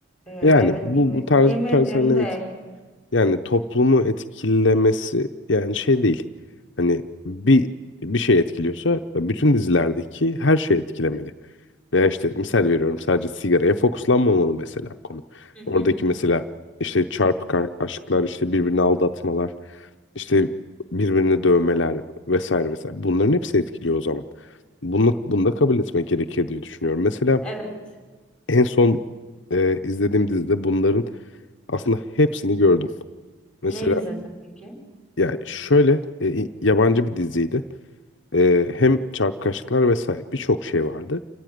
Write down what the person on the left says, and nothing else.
Yani
bu
bu tarz
bu tarz sahne evet.
Yani toplumu etkilemesi yani şey değil. Hani bir bir şey etkiliyorsa bütün dizilerdeki her şey etkilemeli. Veya işte misal veriyorum sadece sigaraya fokuslanmamalı mesela konu.
Oradaki mesela işte çarpık a- aşklar, işte birbirini aldatmalar, işte birbirini dövmeler vesaire vesaire. Bunların hepsi etkiliyor o zaman. Bunu, bunu da kabul etmek gerekir diye düşünüyorum. Mesela
en son e, izlediğim dizide bunların aslında hepsini gördüm. Mesela
ya şöyle e, i- yabancı bir diziydi. E, hem çarpıkaşlıklar vesaire birçok şey vardı.